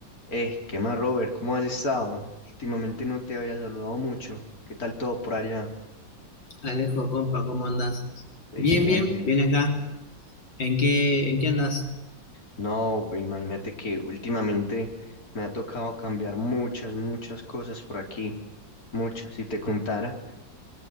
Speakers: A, on the left; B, on the left.
A: Eh, ¿qué más, Robert? ¿Cómo has estado? Últimamente no te había saludado mucho. ¿Qué tal todo por allá?
B: Alejo, compa, ¿cómo andas?
A: Excelente.
B: Bien, bien, bien acá. ¿En qué, en qué andas?
A: No, pues, imagínate que últimamente me ha tocado cambiar muchas, muchas cosas por aquí. Muchas, si te contara.